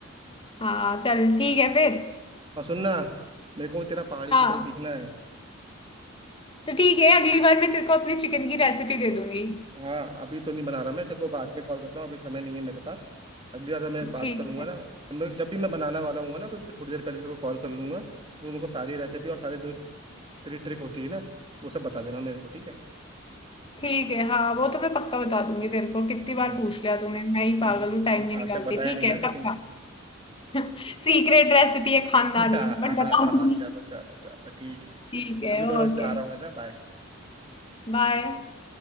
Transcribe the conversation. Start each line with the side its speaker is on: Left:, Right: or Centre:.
Left: हाँ चल ठीक है फिर
Right: और सुनना मेरे को तेरा पहाड़ी
Left: हाँ
Right: चिकन सीखना है
Left: तो ठीक है अगली बार मैं तेरे को अपने चिकन की रेसिपी दे दूंगी
Right: हाँ अभी तो नहीं बना रहा मैं तेरे को बाद में कॉल करता हूँ अभी समय नहीं है मेरे पास अगली बार जब मैं बात
Left: ठीक
Right: करूंगा
Left: है
Right: ना मैं जब भी मैं बनाने वाला हूँ ना तो उसकी थोड़ी देर पहले तेरे को कॉल कर लूंगा तो मेरे को सारी रेसिपी और सारी जो तेरी ट्रिक होती है ना वो सब बता देना मेरे को ठीक है
Left: ठीक है हाँ वो तो मैं पक्का बता दूंगी तेरे को कितनी
Right: हम्म,
Left: बार पूछ लिया तूने मैं ही
Right: हम्म,
Left: पागल हूँ टाइम
Right: वही,
Left: नहीं निकालती
Right: आज तक बताया
Left: ठीक
Right: नहीं ना
Left: है
Right: लेकिन
Left: पक्का <laughs> सीक्रेट रेसिपी है खानदानी
Right: <laughs> आहा
Left: बट बताऊंगी
Right: आहा चलो चलो चलो ठीक है
Left: ठीक है
Right: अभी थोड़ा
Left: ओके
Right: चाह रहा हूँ मैं ना बाय
Left: बाय